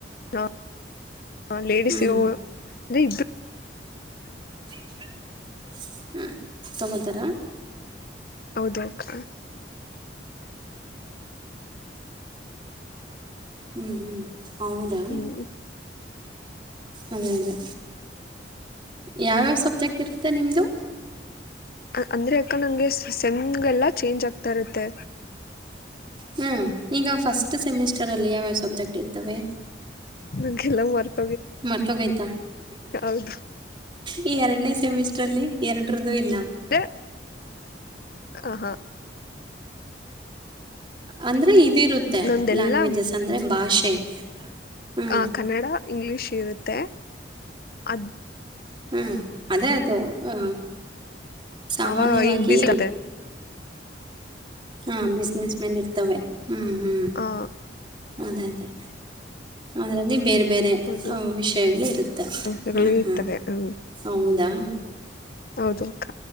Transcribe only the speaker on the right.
ಹ್ಞೂ
ಹಾ ತಗೊತಾರ
ಹ್ಮ್ ಹ್ಮ್ ಹೌದಾ
ಅದೇ ಅದೇ ಯಾವ್ಯಾವ ಸಬ್ಜೆಕ್ಟ್ ಇರುತ್ತೆ ನಿಮ್ದು
ಹ್ಮ್ ಈಗ ಫಸ್ಟ್ ಸೆಮಿಸ್ಟರ್ ಅಲ್ಲಿ ಯಾವ್ಯಾವ ಸಬ್ ಜೆಕ್ಟ್ ಇರ್ತವೆ
ಮರ್ತೋಗೈತಾ
ಈ ಎರಡನೇ ಸೆಮಿಸ್ಟ್ರ ಅಲ್ಲಿ ಎರಡರ್ದು ಇಲ್ಲ.
ಅಂದ್ರೆ ಇದಿರುತ್ತೆ
ಲ್ಯಾಂಗ್ವೇಜಸ್ ಅಂದ್ರೆ ಭಾಷೆ. ಹ್ಞೂ
ಹ್ಮ್ ಅದೇ ಅದು ಹಾ ಸಾಮಾನ್ಯವಾಗಿ
ಹಾ ಬಿಸ್ನೆಸ್ ಮೇಲೆ ಇರ್ತವೆ ಹ್ಮ್ ಹ್ಮ್
ಅದೇ ಅದೇ ಅದರಲ್ಲಿ ಬೇರೆ ಬೇರ್ ಬೇರೆ
ವಿಷಯಗಳು ಇರುತ್ತೆ
ಹಾಂ ಹಾಂ
ಹೌದಾ